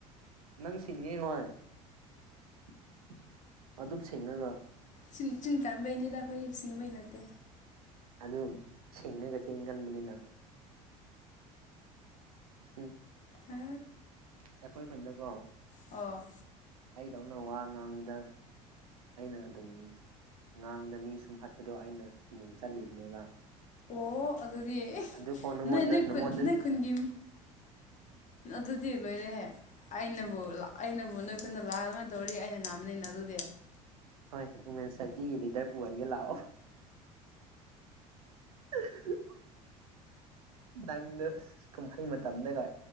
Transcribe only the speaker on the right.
ꯅꯪꯁꯤꯡꯉ‌ꯦꯍ‌ꯣꯏ <unintelligible> ꯁꯤꯡꯉꯒ
ꯑꯗꯨ ꯁꯤꯡꯉꯒ ꯆꯤꯡꯒꯟꯕꯅꯤꯅ ꯎꯝ
ꯑꯩꯈꯣꯏ ꯈꯨꯟꯗꯀꯣ
ꯑꯩꯗꯧꯅ ꯋꯥ ꯉꯥꯡꯕꯗ ꯑꯩꯅ ꯑꯗꯨꯝ ꯉꯥꯡꯕꯗ ꯃꯤ ꯁꯨꯝꯍꯥꯠꯄꯗꯣ ꯑꯩꯅ ꯃꯤꯡ ꯆꯠꯂꯤꯕꯅꯦꯕ
ꯑꯗꯨꯐꯥꯎ ꯅꯪꯉꯣꯟꯗ
ꯅꯪꯉꯣꯟꯗ
ꯍꯣꯏ ꯋꯨꯃꯦꯟ ꯁꯣꯁꯥꯏꯇꯤꯒꯤ ꯂꯤꯗꯔ ꯄꯨꯍꯟꯒꯦ ꯂꯥꯛꯑꯣ ꯎ <unintelligible> ꯅꯪꯗ ꯀꯨꯝꯍꯩ ꯃꯇꯝꯗꯒ